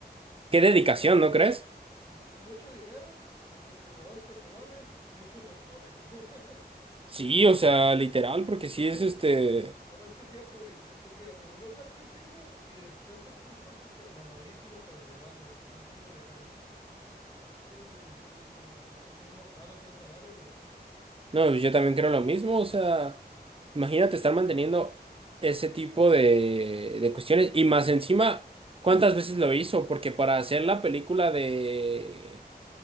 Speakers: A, on the right; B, on the left.
A: qué dedicación,
B: Mira,
A: ¿no crees?
B: mu- mucho dinero, entrenadores personales y muchos doctores. <coughs>
A: Sí, o sea, literal, porque
B: <laughs>
A: sí es este.
B: Pero es que es cierto, güey. se- se- mira, se volvió flaquísimo y después se puso súper mamadísimo para el de Batman, con un chingo de carne. No mames, güey. Sí, yo creo que es mortal hacer esa madre, güey.
A: No, yo también creo lo mismo, o sea, imagínate estar manteniendo ese tipo de, de cuestiones y más encima, ¿cuántas veces lo hizo? Porque para hacer la película de...